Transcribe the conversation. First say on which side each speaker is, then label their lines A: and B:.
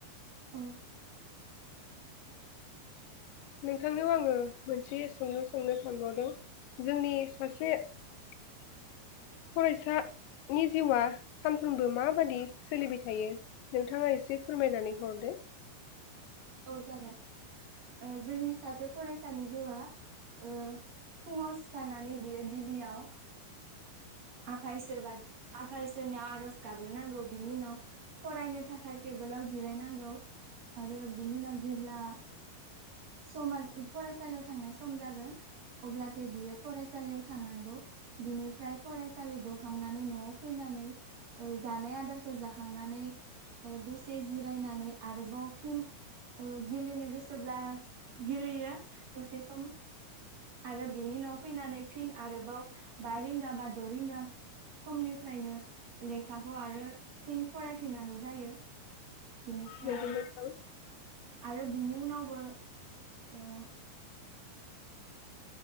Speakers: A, on the right; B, on the left.
A: औ
B: नोंथांनियाव आङो मोनसे सोंलु सोंनो सानबावदों जोंनि सासे फरायसा नि जिउआ सान फ्रोमबो माबादि सोलिबाय थायो नोंथाङा एसे फोरमायनानै हरदो।
A: औ जागोन ओ जोंनि सासे फरायसानि जिउआ ओ फुङाव सिखारनानै बियो गिबियाव आफा इसोरबा आफा इसोरनियाव आर'ज गाबग्रोनांगौ बिनि उनाव फरायनो थाखाय टेबोलाव जिरायनांगौ आरो बिनि उनाव जेब्ला समा फरायसालियाव थांनाय सम जागोन अब्लाथाय बियो फरायसालियाव थांनांगौ बिनिफ्राय फरायसालि गखांनानै न'आव फैनानै ओ जानाय आदारखौ जाखांनानै दसे जिरायनानै आरोबाव फिन ओ गेलेनो गोसो सोब्ला गेलेयो दसे सम आरो बिनि उनाव फैनानै फिन आरोबाव बा रिंगा बा द' रिंगा समनिफ्रायनो लेखाखौ आरो फिन फरायफिननांगौ जायो। बेनिफ्राय।
B: नोंगौ नोंथां
A: आरो बिनि उनावबो ओ